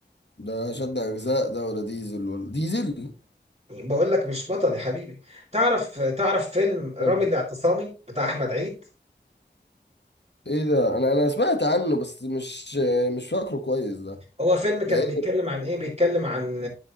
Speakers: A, on the left (about 70°); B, on the right (about 35°).
A: ده شد اجزاء ده ولا ديزل ولا ديزل
B: بقول لك مش بطل يا حبيبي تعرف تعرف فيلم رامي
A: آه.
B: الاعتصامي بتاع احمد عيد
A: ايه ده انا انا سمعت عنه بس مش مش فاكره كويس ده
B: هو فيلم كان
A: ده إيه؟
B: بيتكلم عن ايه بيتكلم عن